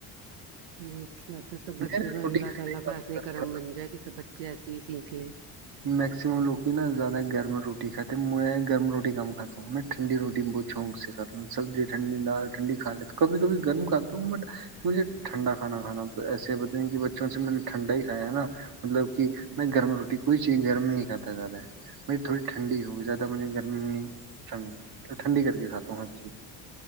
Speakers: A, on the right; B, on the right.
A: اللہ
B: میرا روٹی کھانے
A: تعالی کا ایسے کرم بن جائے کہ بچے ایسی ہی سیکھیں
B: میکسم لوگ کی نا زیادہ گرم روٹی کھے میں گرم روٹی کم کھا ہوں میں ٹھنی روٹی میں بہت شوق سے کھا ہوں سبزی ٹھنڈی دال ٹھنڈی کھ لیے تو کبھی کبھی گرم کھا ہوں بٹ مجھے ٹھنڈا کھانا کھا ایسے پت نہیں کہ بچوں سے میں نے ٹھنڈا ہی کھا ہے نا مطلب کہ میں گرم روٹی کوئی چیز گرم نہیں کھاتا ہے زیادہ مری تھوڑی ٹھنڈی ہو زیادہ مجھے گرم نہیں ٹھن ٹھنڈی کر کے کھاتا ہوں ہر چیز